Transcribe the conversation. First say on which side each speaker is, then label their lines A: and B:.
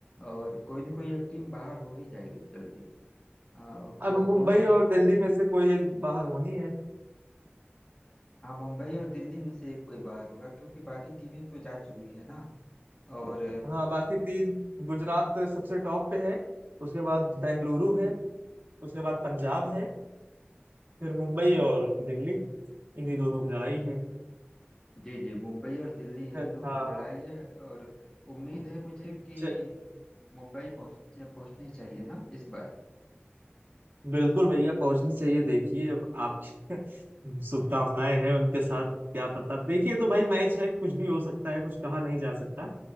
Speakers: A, on the left; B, on the right.
A: और कोई न कोई एक टीम बाहर हो ही जाएगी जल्दी अ,
B: अब
A: वह
B: मुंबई
A: कौन
B: और दिल्ली में से कोई एक बाहर होनी है
A: हाँ मुंबई और दिल्ली में से एक कोई बाहर होगा क्योंकि बाकी टीमें तो जा चुकी है ना और
B: हाँ बाकी तीन गुजरात सबसे टॉप पे है उसके बाद बेंगलुरु है उसके बाद पंजाब है फिर मुंबई और दिल्ली इन्हीं दोनों की लड़ाई है
A: जी जी मुंबई और दिल्ली यही
B: फिर-
A: दो
B: हाँ
A: की लड़ाई है और उम्मीद है मुझे कि
B: च-
A: मुंबई पहुंच पहुंचनी चाहिए ना इस बार
B: बिल्कुल भैया पहुंचनी चाहिए देखिए अब आपकी <laughs> शुभकामनाएं हैं उनके साथ क्या पता देखिए तो भाई मैच है कुछ भी हो सकता है कुछ कहा नहीं जा सकता